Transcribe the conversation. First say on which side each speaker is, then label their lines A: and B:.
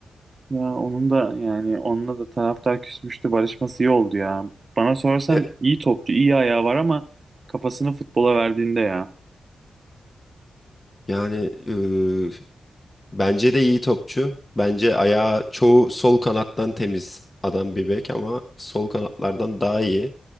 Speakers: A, on the right; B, on the left.
A: Ya onun da yani onunla da taraftar küsmüştü. Barışması iyi oldu ya. Bana sorarsan
B: E,
A: iyi topçu, iyi ayağı var ama kafasını futbola verdiğinde ya.
B: Yani e, bence de iyi topçu. Bence ayağı çoğu sol kanattan temiz adam bir bek ama sol kanatlardan daha iyi.